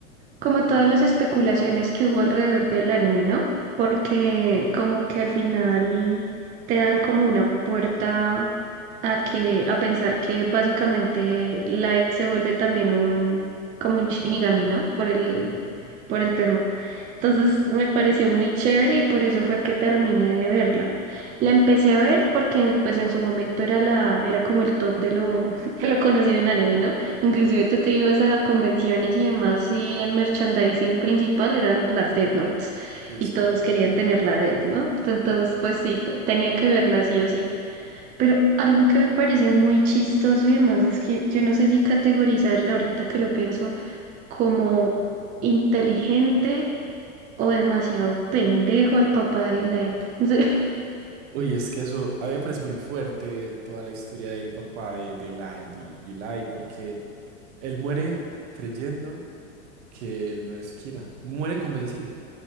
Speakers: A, on the right; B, on the right.
A: como todas las especulaciones que hubo alrededor del anime, ¿no? Porque como que al final te dan como una puerta a que a pensar que básicamente Light se vuelve también un como un Shinigami, ¿no? Por el
B: Ujú.
A: por el tema. Entonces me pareció muy chévere y por eso fue que terminé de verla. La
B: Ok,
A: empecé a ver porque pues en su momento era la, era como el top de lo, <laughs> de lo conocido en anime, ¿no? Inclusive tú te ibas a convenciones y demás y el merchandising principal eran las Death Notes
B: Es
A: y
B: verdad.
A: todos querían tener la Death Note. Entonces pues sí, te- tenía que verla sí o sí. Pero algo que me parece muy chistoso y demás es que yo no sé si categorizar ahorita que lo pienso como inteligente o demasiado pendejo al papá de Light. <laughs> No sé.
B: Uy, es que eso, a mí me parece muy fuerte toda la historia del papá de, de Light y, y Light, porque él muere creyendo que él no es Kira, muere convencido